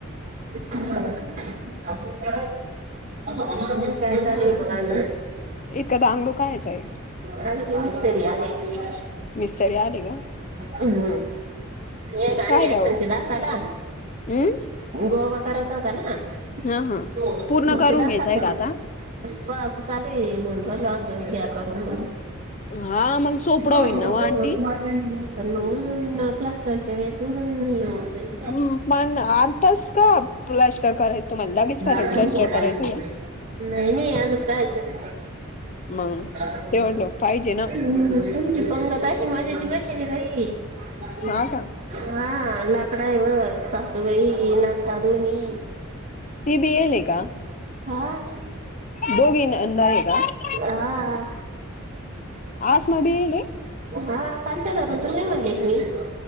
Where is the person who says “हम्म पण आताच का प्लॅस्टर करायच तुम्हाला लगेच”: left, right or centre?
Left